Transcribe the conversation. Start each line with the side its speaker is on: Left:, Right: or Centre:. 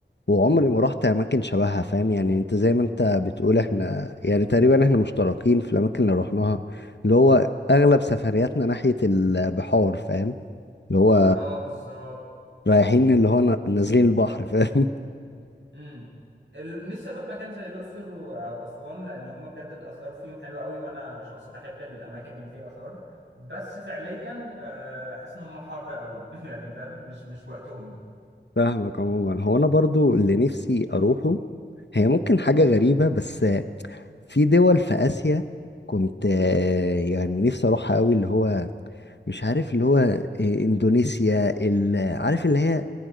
Left: وعمري ما رحت اماكن شبهها فاهم يعني انت زي ما انت بتقول احنا يعني تقريبا احنا مشتركين في الاماكن اللي رحناها اللي هو اغلب سفرياتنا ناحية البحار فاهم اللي هو
Right: اه بالظبط
Left: رايحين اللي هو نا- نازلين البحر فاهم
Right: امم ال- نفسي اروح مكان زي الاقصر و- او اسوان لان هم بجد الاثار فيهم حلوه قوي وانا شخص بحب الاماكن اللي فيها اثار بس فعليا آه، حاسس ان هم حر قوي <laughs> يعني فاهم مش مش وقتهم
Left: <laughs> فاهمك عموما هو انا برضو اللي نفسي اروحه هي ممكن حاجة غريبة بس في دول في آسيا كنت آه، يعني نفسي اروحها قوي اللي هو مش عارف اللي هو آه، اندونيسيا ال- عارف اللي هي